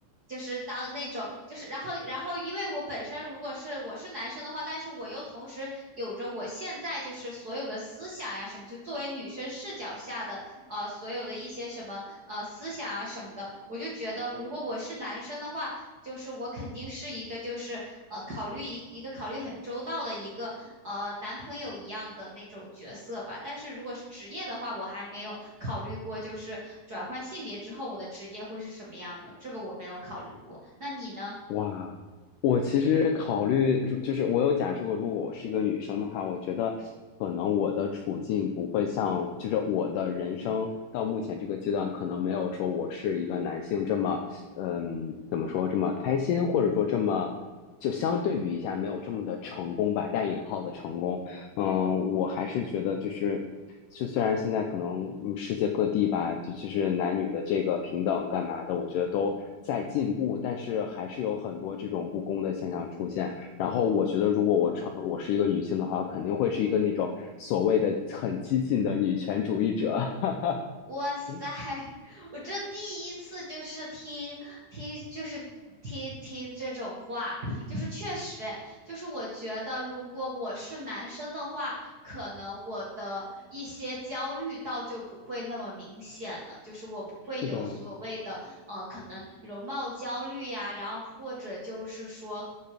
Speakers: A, on the right; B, on the left.
A: 就是当那种，就是然后然后，因为我本身如果是我是男生的话，但是我又同时有着我现在就是所有的思想呀什么，就作为女生视角下的呃所有的一些什么呃思想啊什么的，我就觉得如果我是男生的话。就是我肯定是一个就是呃考虑一一个考虑很周到的一个呃男朋友一样的那种角色吧。但是如果是职业的话，我还没有考虑过，就是转换性别之后我的职业会是什么样的，这个我没有考虑过。那你呢？
B: 哇，我其实考虑，如就是我有假设过，如果我是一个女生的话，我觉得可能我的处境不会像，就是我的人生到目前这个阶段，可能没有说我是一个男性这么，嗯，怎么说这么开心，或者说这么，就相对比一下没有这么的成功吧，带引号的成功。嗯，我还是觉得就是，就虽然现在可能嗯世界各地吧，就就是男女的这个平等干嘛的，我觉得都在进步，但是还是有很多这种不公的现象出现。然后我觉得，如果我成我是一个女性的话，肯定会是一个那种所谓的很激进的女权主义者。<laughs>
A: 哇塞，
B: 嗯，
A: <laughs> 我这第一次就是听听就是听听这种话，就是确实诶，就是我觉得如果我是男生的话，可能我的一些焦虑倒就不会那么明显了，就是我不会有所谓的呃可能容貌焦虑呀，
B: 是的，
A: 然后或者就是说，